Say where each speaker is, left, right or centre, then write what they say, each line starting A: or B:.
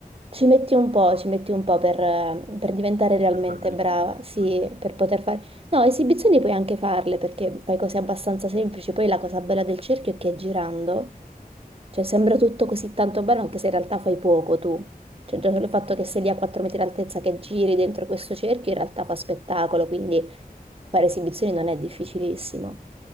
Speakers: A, on the right; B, on the right.
A: ci metti un po', ci metti un po' per, eh, per diventare realmente
B: Per fare delle
A: brava,
B: competizioni.
A: sì, per
B: Mhm.
A: poter fare... No, esibizioni puoi anche farle perché fai cose abbastanza semplici, poi la cosa bella del cerchio è che girando, cioè sembra tutto così tanto bello anche se in realtà fai poco tu, cioè già solo il fatto che sei lì a 4 metri d'altezza che giri dentro questo cerchio in realtà fa spettacolo, quindi fare esibizioni non è difficilissimo.